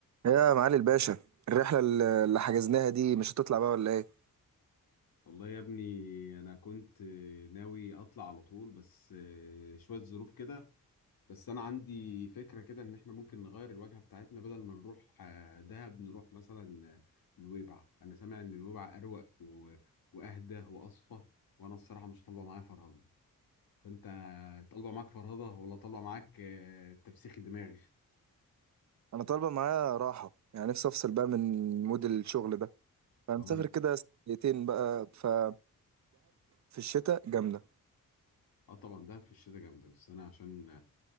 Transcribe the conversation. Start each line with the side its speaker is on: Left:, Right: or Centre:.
Right: يا معالي الباشا الرحلة اللي حجزناها دي مش هتطلع بقى ولا ايه؟
Left: والله يا ابني انا كنت ناوي اطلع على طول بس آه، شوية ظروف كده بس انا عندي فكرة كده ان احنا ممكن نغير الوجهة بتاعتنا بدل ما نروح آه، دهب نروح مثلا آه، نويبع انا سامع ان نويبع اروق و- واهدى واصفى وانا الصراحة مش طالبة معايا فرهضة فانت طالبة معاك فرهضة ولا طالبة معاك آه، تفسيخ دماغ
Right: انا طالبة معايا راحة يعني نفسي افصل بقى من مود الشغل ده فهنسافر
Left: ما هو انا
Right: كده سنتين بقى فدهب في الشتاء جامدة
Left: اه طبعا دهب في الشتاء جامدة بس انا عشان